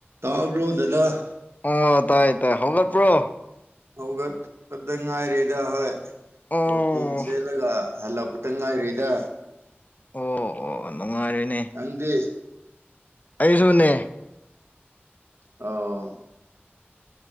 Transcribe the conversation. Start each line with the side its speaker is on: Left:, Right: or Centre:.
Right: ꯇꯥꯕ꯭ꯔꯣ ꯗꯗꯥ
Left: ꯑꯣ ꯇꯥꯏ ꯇꯥꯏ ꯍꯒꯠꯄ꯭ꯔꯣ
Right: ꯍꯧꯒꯠꯄꯛꯇ ꯉꯥꯏꯔꯦꯗ ꯍꯣꯏ
Left: ꯑꯣ
Right: ꯋꯀꯤꯡ ꯆꯦꯜꯂꯒ ꯍꯜꯂꯄꯇ ꯉꯥꯏꯔꯨꯏꯗ
Left: ꯑꯣ ꯑꯣ ꯅꯨꯡꯉꯥꯏꯔꯦꯅꯦ
Right: ꯅꯪꯗꯦ
Left: ꯑꯩꯁꯨꯅꯦ
Right: ꯑꯣ